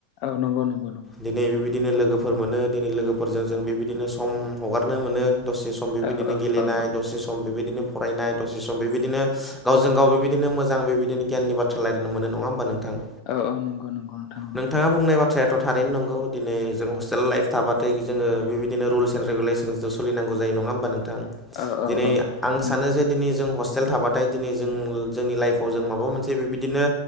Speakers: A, on the left; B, in the centre.
A: औ नंगौ नंगौ नंगौ
B: दिनै बेबायदिनो लोगोफोर मोनो दिनै लोगोफोरजों जों बेबायदिनो सम हगारनो मोनो दसे सम बेबायदिनो
A: औ औ
B: गेलेनाय
A: औ
B: दसे सम बेबायदिनो फरायनाय दसे सम बेबायदिनो गावजों गाव बेबायदिनो मोजां बेबायदिनो गियाननि बाथ्रा सोलायनो मोन नङा होमबा नोंथां?
A: औ औ नंगौ नंगौ नोंथां नगौ।
B: नोंथाङा बुंनाय बाथ्राथ' थारैनो नंगौ दिनै जोंनि हस्टेल लाइफ थाबाथाय जोङो बेबायदिनो रुल्स एन्द रेगुलेसोन सोलिनांगौ जायो नङा होमबा नोंथां?
A: औ
B: दिनै
A: औ औ
B: आं
A: नंगौ
B: सानो जे दिनै जों हस्टेल थाबाथाय दिनै जों जोंनि लाइफआव जों माबा मोनसे बेबायदिनो